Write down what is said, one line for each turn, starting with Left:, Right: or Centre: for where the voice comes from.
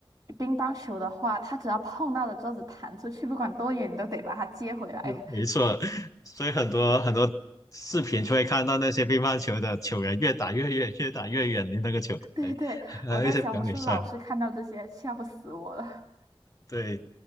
Right: 乒乓球的话，它只要碰到了桌子弹出去，不管多远，你都得把它接回来。
Left: 没错，所以很多很多视频就会看到那些乒乓球的球员越打越远，越打越远离那个球台，
Right: <laughs> 对对，
Left: <laughs> 还有一些表演赛。
Right: 我在小红书老是看到这些，笑死我了。
Left: 对，